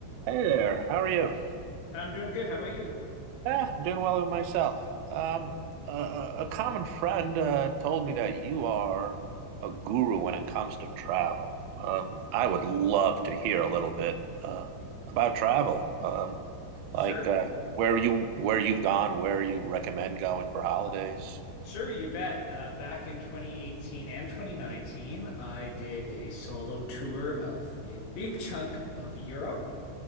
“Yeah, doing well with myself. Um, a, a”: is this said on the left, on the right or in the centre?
Right